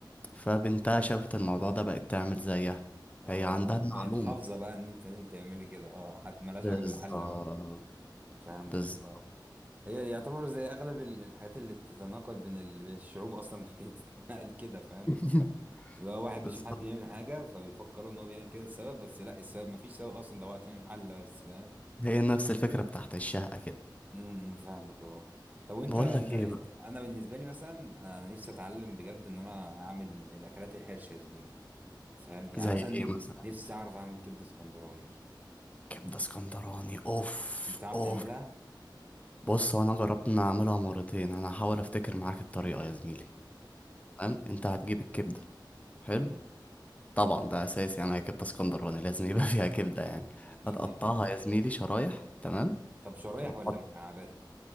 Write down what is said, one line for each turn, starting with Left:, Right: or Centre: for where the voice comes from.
Left: فبنتها شافت الموضوع ده بقت تعمل زيها
Right: اه
Left: هي عندها المعلومة
Right: بقت حافظه بقى ان انت لازم تعملي كده اه حد ملهاش
Left: بالظبط
Right: علاقه بالحله بقى فهمتك
Left: بالظبط
Right: اه هي يعتبر زي اغلب ال- الحاجات اللي بتتناقل بين ال... بين الشعوب اصلا <laughs> بتتنقل كده فاهم
Left: <laughs>
Right: اللي هو واحد
Left: بالظبط
Right: بيشوف حد يعمل حاجه فبيفكروا ان هو بيعمل كده السبب بس لا السبب مفيش سبب اصلا ده هو عشان الحل بس فاهم
Left: هي نفس الفكرة بتاعت الشقة كده
Right: امم فاهمك اه طب وانت
Left: بقول
Right: انت
Left: لك
Right: انت
Left: ايه بقى
Right: انا بالنسبه لي مثلا انا نفسي اتعلم بجد ان انا اعمل الاكلات الحرشه يا زميلي فاهم يعني
Left: زي
Right: مثلا
Left: ايه مثلا
Right: نف- نفسي اعرف اعمل كبده اسكندراني
Left: كبدة اسكندراني اوف
Right: بتعرف
Left: اوف
Right: تعملها
Left: بص هو انا جربت ان اعملها مرتين انا هحاول افتكر معاك الطريقة يا زميلي تمام انت هتجيب الكبدة حلو
Right: امم
Left: طبعا ده اساسي يعني هي كبدة اسكندراني لازم يبقى <laughs> فيها كبدة يعني
Right: اكيد
Left: هتقطعها
Right: يعني
Left: يا زميلي شرايح تمام
Right: طب شرايح
Left: وتحط
Right: ولا مكعبات